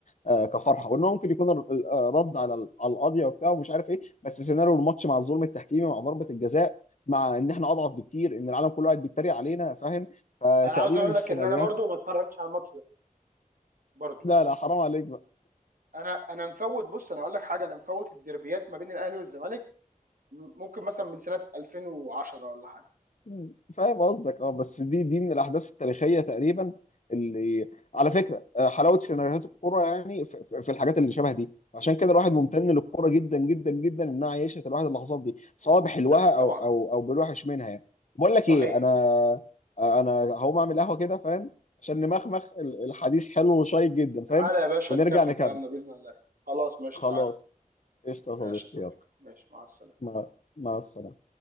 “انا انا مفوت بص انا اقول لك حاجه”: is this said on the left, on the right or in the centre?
Right